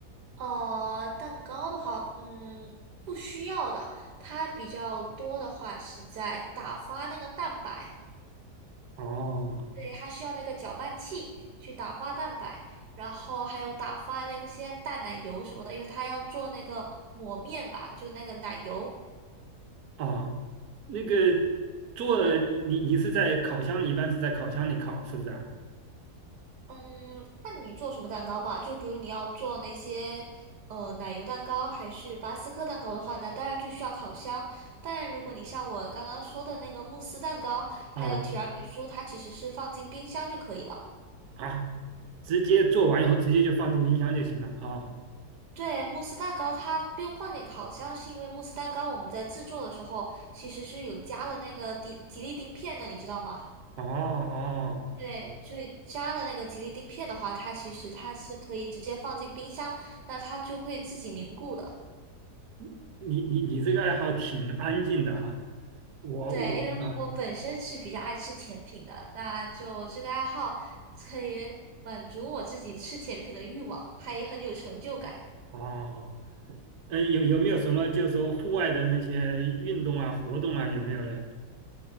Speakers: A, on the right; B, on the right.
A: 呃，蛋糕的话，嗯，不需要的。它比较多的话是在打发那个蛋白，
B: 哦
A: 对，它需要那个搅拌器去打发蛋白，然后还有打发那些淡奶油什么的，因为它要做那个抹面嘛，就那个奶油。
B: 哦，那个做了你你你是在烤箱里，一般是在烤箱里烤，是不是啊？
A: 嗯，看你做什么蛋糕吧。就比如你要做那些呃奶油蛋糕还是巴斯克蛋糕的话，那当然就需要烤箱。当然，如果你像我刚刚说的那个慕斯蛋糕，还有提拉米苏，
B: 啊
A: 它其实是放进冰箱就可以了。
B: 啊，直接做完以后直接就放进冰箱就行了啊。
A: 对，慕斯蛋糕它不用放进烤箱，是因为慕斯蛋糕我们在制作的时候其实是有加了那个吉吉利丁片的，你知道吗？
B: 哦哦，
A: 对，就以加了那个吉利丁片的话，它其实它是可以直接放进冰箱，那它就会自己凝固的。
B: 嗯你你你这个爱好挺安静的哈。我我啊
A: 对，因为我本身是比较爱吃甜品的，那就这个爱好可以满足我自己吃甜品的欲望，还很有成就感。
B: 哦，嗯，有有没有什么就是说户外的那些运动啊活动啊有没有嘞？